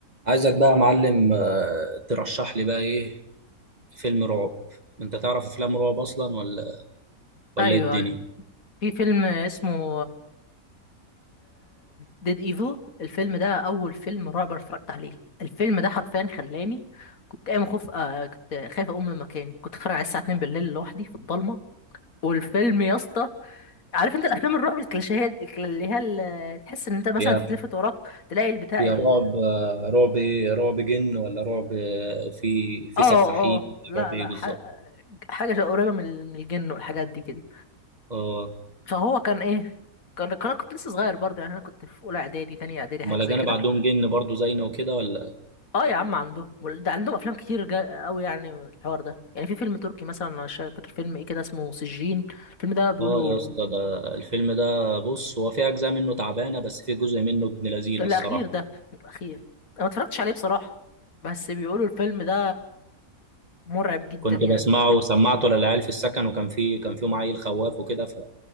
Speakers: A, on the right; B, on the left.
A: عايزك بقى يا معلم آه، ترشح لي بقى ايه فيلم رعب انت تعرف افلام رعب اصلا ولا ولا
B: ايوه
A: ايه الدنيا
B: أيوة. في فيلم اسمه ديد ايفل الفيلم ده اول فيلم رعب أنا اتفرجت عليه الفيلم ده حرفيا خلاني كنت قايم خوف آه كنت خايف اقوم من مكاني كنت اتفرج عليه الساعه 2 بالليل لوحدي في الضلمه والفيلم يا اسطى عارف انت الافلام الرعب الكلاشيهات الكلا- اللي هي ال- تحس ان انت مثلا
A: يا
B: تتلفت وراك تلاقي البتاع
A: يا
B: ال...
A: رعب آه، رعب ايه رعب جن ولا رعب آه، في في
B: اه
A: سفاحين
B: اه لا
A: رعب ايه
B: لا
A: بالظبط
B: حاجه حاجه قريبه من ال- من الجن والحاجات دي كده
A: اه
B: فهو كان ايه كان كان- انا كنت لسه صغير برضه يعني انا كنت في اولى اعدادي تانية اعدادي
A: امال
B: حاجه
A: الاجانب
B: زي كده
A: عندهم جن برضو زينا وكده ولا
B: اه يا عم عندهم وال- ده عندهم افلام كتير جا... قوي يعني من الحوار ده يعني في فيلم تركي مثلا انا مش فاكر فيلم ايه كده اسمه سجين الفيلم ده بيقولوا
A: اه يا اسطى ده الفيلم ده بص هو في اجزاء منه تعبانه بس في جزء منه ابن لذينه
B: الاخير
A: الصراحه
B: ده <laughs> الاخير انا ما اتفرجتش عليه بصراحة بس بيقولوا الفيلم ده مرعب جدا
A: كنت
B: يعني
A: بسمعه
B: وكده
A: وسمعته للعيال في السكن وكان في كان فيهم عيل خواف وكده